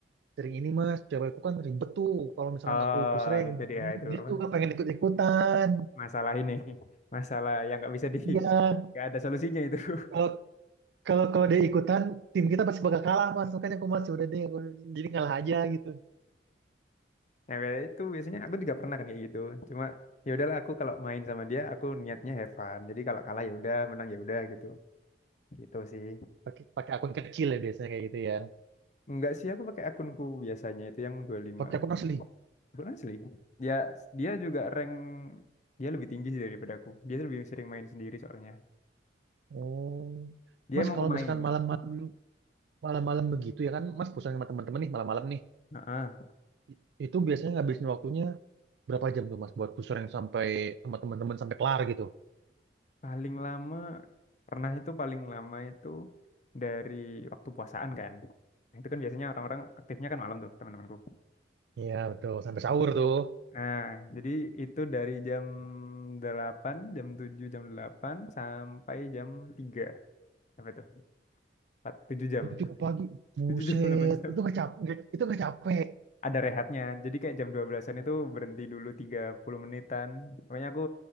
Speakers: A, on the right; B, on the left.
A: sering ini mas cewekku kan ribet tuh kalau misalkan
B: Oh,
A: aku pusreng
B: itu dia
A: dia,
B: itu
A: dia
B: apa?
A: tuh gak pengen ikut-ikutan
B: Masalah ini. <laughs> Masalah yang nggak bisa di
A: iya
B: nggak ada solusinya itu. <laughs>
A: kalau Kalau kalau dia ikutan, tim kita pasti bakal kalah mas. Makanya aku masih udah deh, aku jadi ngalah aja gitu.
B: Yang kayak itu biasanya aku juga pernah kan kayak gitu. Cuma ya udahlah aku kalau main sama dia aku niatnya have fun. Jadi kalau kalah ya udah, menang ya udah gitu. Gitu sih.
A: Pakai pakai akun kecil ya biasanya kayak gitu ya.
B: Enggak sih aku pakai akunku biasanya itu yang dua puluh lima
A: Pakai akun asli.
B: Akun asli. Dia dia juga rank dia lebih tinggi sih daripada aku. Dia lebih sering main sendiri soalnya.
A: Oh,
B: Dia
A: mas
B: emang
A: kalau
B: pemain.
A: misalkan malam-malam malam-malam begitu ya kan, mas pusing sama teman-teman nih malam-malam nih.
B: Heeh.
A: I- Itu biasanya ngabisin waktunya berapa jam tuh mas buat pusing yang sampai sama teman-teman sampai kelar gitu?
B: Paling lama pernah itu paling lama itu dari waktu puasaan kan. Nah, Itu kan biasanya orang-orang aktifnya kan malam tuh, teman-temanku.
A: Iya betul, sampai sahur tuh.
B: Nah, jadi itu dari jam 8, jam 7, jam 8 sampai jam tiga Apa tuh? 4, 7 jam.
A: Itu
B: <laughs>
A: pagi, buset,
B: 7 jam, 8 jam.
A: itu nggak capek, nggak- itu nggak capek.
B: Ada rehatnya. Jadi kayak jam 12-an itu berhenti dulu 30 menitan. Pokoknya aku